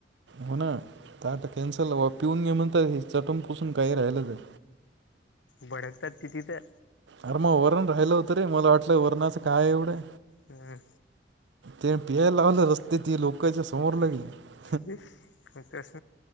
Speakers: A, on the right; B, on the left.
A: हो ना त आता कॅन्सल वा पिऊन घे म्हणंत हे चटून पुसून काही राहिलंच आहे.
B: भडकतात तिथे तर
A: अरे मग वरण राहिलं होतं रे मला वाटलं वरणाचं काय एवढे
B: हम्म.
A: ते पिहायला लावलं रस्ते ती लोकांच्या समोर ला गेली
B: मग तस